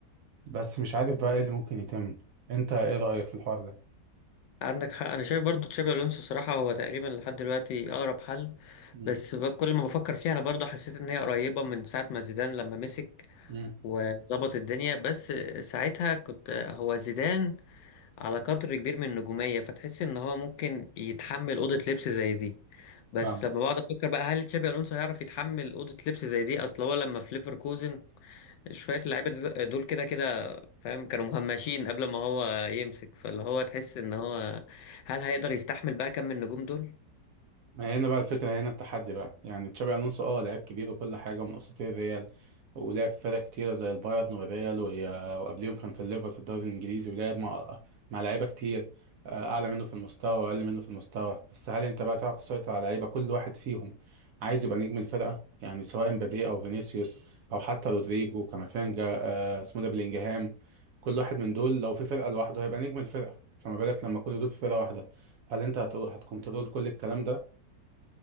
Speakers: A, on the right; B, on the left.
A: بس مش عارف بقى ايه اللي ممكن يتم انت ايه رأيك في الحوار ده
B: عندك حق انا شايف برضو تشابي الونسو صراحه هو تقريبا لحد دلوقتي اقرب حل
A: مم.
B: بس ب- كل ما بفكر فيها انا برضو حسيت ان هي قريبه من ساعه ما زيدان لما مسك
A: مم.
B: وظبط الدنيا بس ساعتها كنت هو زيدان على قدر كبير من النجوميه فتحس ان هو ممكن يتحمل اوضه لبس زي دي بس
A: فاهمك
B: لما بقعد افكر بقى هل تشابي الونسو هيعرف يتحمل اوضه لبس زي دي اصل هو لما في ليفركوزن شويه اللعيبه دل- دول كده كده فاهم كانوا مهمشين قبل ما هو يمسك فاللي هو تحس ان هو هل هيقدر يستحمل بقى كم النجوم دول
A: ما هنا بقى الفكرة هنا التحدي بقى يعني تشابي ألونسو اه لعيب كبير وكل حاجة من أساطير الريال ولعب في فرق كتيرة زي البايرن والريال وهي- وقبليهم كان في الليفر في الدوري الإنجليزي ولعب مع مع لعيبة كتير آه، أعلى منه في المستوى وأقل منه في المستوى بس هل أنت بقى تعرف تسيطر على لعيبة كل واحد فيهم عايز يبقى نجم الفرقة يعني سواء مبابي أو فينيسيوس أو حتى رودريجو كامافينجا آه، اسمه ده بلينجهام كل واحد من دول لو في فرقة لوحده هيبقى نجم الفرقة فما بالك لما كل دول في فرقة واحدة هل أنت هت- هتكنترول كل الكلام ده